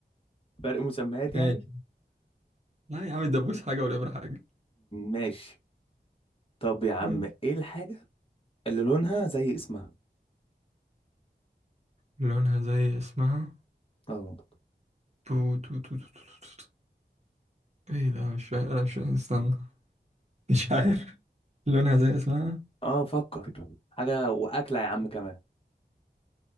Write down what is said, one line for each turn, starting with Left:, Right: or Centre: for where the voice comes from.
Left: <laughs> فرق مسميات يعني
Right: ماشي لا يا عم الدبوس حاجة والإبرة حاجة
Left: ماشي طب يا عم
Right: ماشي.
Left: ايه الحاجة اللي لونها زي اسمها
Right: لونها زي اسمها
Left: اه
Right: بو تو تو تو تو تو تو. ايه ده مش فاهم انا مش فاهم استنى مش عارف لونها زي اسمها
Left: اه فكر حاجة وأكلة يا عم كمان